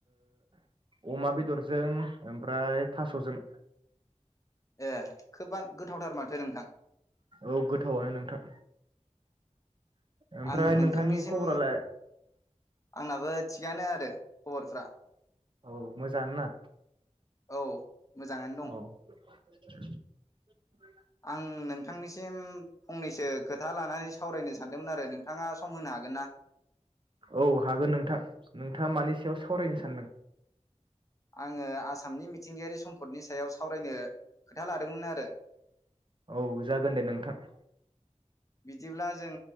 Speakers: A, on the right; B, on the left.
A: ओ अमा बेदरजों ओमफ्राय थासजों
B: ए खोबानो गोथावथार माथो नोंथां
A: औ गोथावानो नोंथां। ओमफ्राय
B: आं नोंथांनिसिम
A: नोंथांनि खबरालाय
B: आंनाबो थिगानो आरो खबरफ्रा
A: औ मोजाङानो ना?
B: औ मोजाङानो दं।
A: औ <inaudible>
B: आं नोंथांनिसिम फंनैसो खोथा लानानै सावरायनो सानदोंमोन आरो नोंथाङा सम होनो हागोन ना
A: औ हागोन नोंथां नोंथाङा मानि सायाव सावरायनो सानदों
B: आङो आसामनि मिथिंगायारि सम्पदनि सायाव सावरायनो खोथा लादोंमोन आरो
A: औ जागोन दे नोंथां ।
B: बिदिब्ला जों